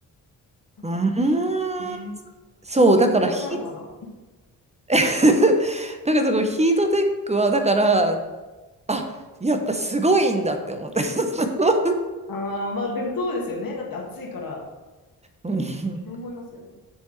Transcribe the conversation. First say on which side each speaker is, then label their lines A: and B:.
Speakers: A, on the left; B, on the right.
A: なんか、
B: うーん。
A: えー、
B: そう、
A: 同じユニクロなのかな
B: だからヒ、<laughs> だからそこヒートテックは、だから、あ、やっぱすごいんだって思って。<laughs>
A: ああ、まあでもそうですよね。だって暑いから。
B: うん <laughs>
A: そう思いますよね。